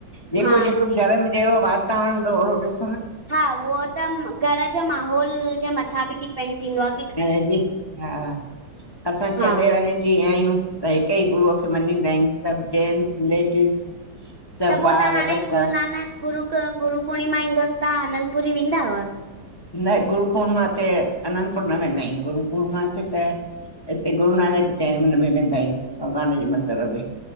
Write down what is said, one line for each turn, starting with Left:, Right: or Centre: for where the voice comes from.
Left: जेको-जेको
Right: हा आंटी
Left: घर में जेॾो वातावरण हूंदो होॾो ॾिस
Right: हा उयो त घर ॼे माहौल ॼे मथां ॿि डिपेंड थींदो आ।
Left: हा जी हा असां छह
Right: हा
Left: ॼणा जीय आयू। त हिक ई गुरूअ खे मञीदा आयूं सब जेंट्स लेडीस। सभु
Right: त पो
Left: ॿार
Right: तां हाणे
Left: बच्चा
Right: गुरुनानक गुरू क गुरूपूर्णिमा ईंदों आ तां अनंतपुरी वेंंदाव?
Left: न गुरू पूर्णिमा ते अन्नतपूर्ण न वेंदा आयू गुरू पूर्णमा ते त हिते गुरू नानक चैन मन में वेंदा आयूं भॻवान ॼे मंदिर में।